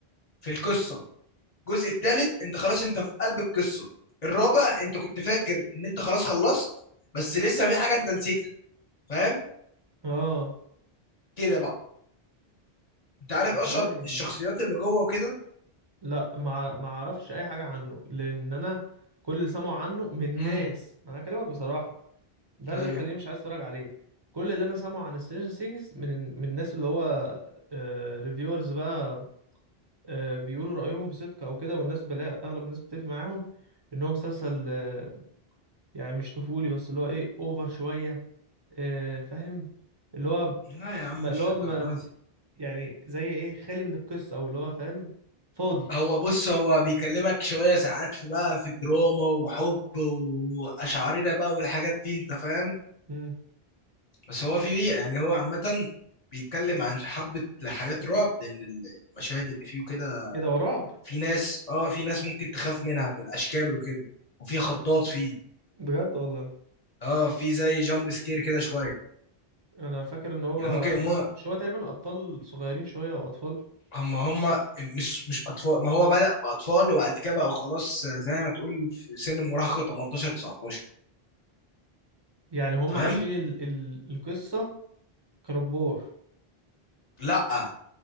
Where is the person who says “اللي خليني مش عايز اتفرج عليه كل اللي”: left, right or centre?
Right